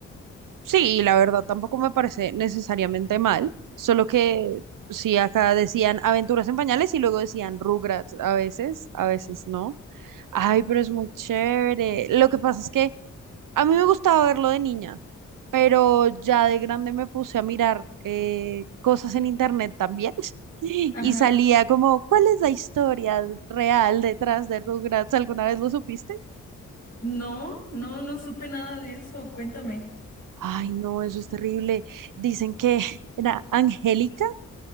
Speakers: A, on the right (about 65°); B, on the left (about 55°).
A: Sí, la verdad tampoco me parece necesariamente mal, solo que sí acá decían Aventuras en Pañales y luego decían Rugrats a veces, a veces no. Ay, pero es muy chévere. Lo que pasa es que A mí me gustaba verlo de niña, pero ya de grande me puse a mirar eh, cosas en internet también. <laughs> Y
B: Ajá.
A: salía como, ¿cuál es la historia real detrás de Rugrats? ¿Alguna vez lo supiste?
B: No, no, no supe nada de eso. Cuéntame.
A: Ay, no, eso es terrible. Dicen que <laughs> era Angélica,